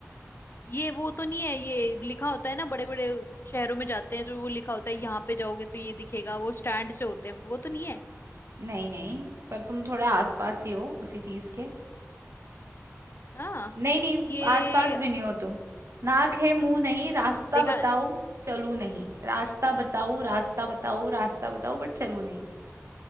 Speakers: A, on the left (about 45°); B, on the right (about 60°).
A: ये वो तो नहीं है ये लिखा होता है ना बड़े बड़े शहरों में जाते हैं तो वो लिखा होता है यहाँ पे जाओगे तो ये दिखेगा वो स्टैंड से होते हैं वो तो नहीं है
B: नहीं नहीं पर तुम थोड़े आसपास ही हो उसी चीज के
A: हाँ
B: नहीं नहीं
A: ये
B: आसपास भी नहीं हो तुम नाक है मुंह नहीं रास्ता
A: देखा
B: बताओ चलू नहीं रास्ता बताओ रास्ता बताओ रास्ता बताओ बट चलू नहीं